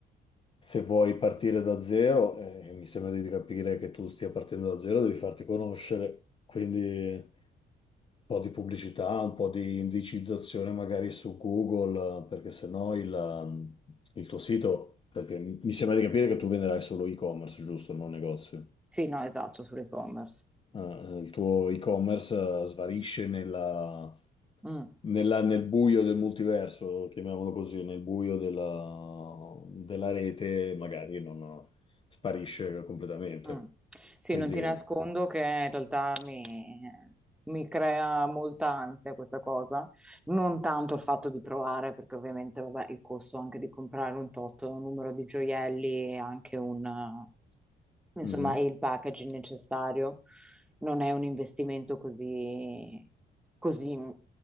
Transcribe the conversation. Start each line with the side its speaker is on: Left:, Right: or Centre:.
Left: Se vuoi partire da zero, eh, mi sembra di capire che tu stia partendo da zero, devi farti conoscere, quindi un po' di pubblicità, un po' di indicizzazione magari su Google, eh, perché sennò il, ehm, il tuo sito, perché mi mi sembra di capire che tu venderai solo e-commerce, giusto, non negozio
Centre: Sì, no, esatto, sull'e-commerce.
Left: eh, il tuo e-commerce eh, svanisce nella-
Centre: Mm.
Left: nella- nel buio del multiverso, chiamiamolo così, nel buio della, della rete, magari non eh, sparisce completamente.
Centre: Mm. Sì,
Left: Quindi,
Centre: non ti nascondo che in realtà mi, mi crea molta ansia questa cosa, non tanto il fatto di provare, perché ovviamente vabbè, il costo anche di comprare un tot numero di gioielli e anche un, eh, insomma,
Left: mhm.
Centre: il packaging necessario non è un investimento così, così, mm,